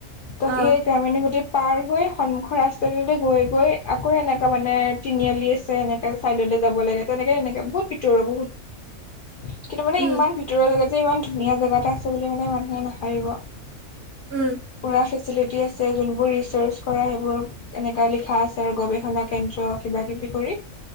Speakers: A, on the left; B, on the right.
A: ত'
B: অ
A: এই গ্ৰামিনৰ গোটেই পাৰ গৈ সন্মুখৰ ৰাস্তাটোতে গৈ-গৈ আকৌ এনেকা মানে তিনিআলি আছে এনেকে চাইডলৈ যাব লা <unintelligible> বহুত ভিতৰুৱা বহুত, কিন্তু মানে
B: উম
A: ইমান ভিতৰুৱা জেগাত ইমান ধুনীয়া জেগা এটা আছে বুলি মানে মানুহে নাভাবিব।
B: উম
A: পুৰা ফেচিলিটি আছ যে যোনবোৰ ৰিচাৰ্চ কৰা সেইবোৰ এনেকা লিখা আছে আৰু গৱেষণা কেন্দ্ৰ কিবা কিবি কৰি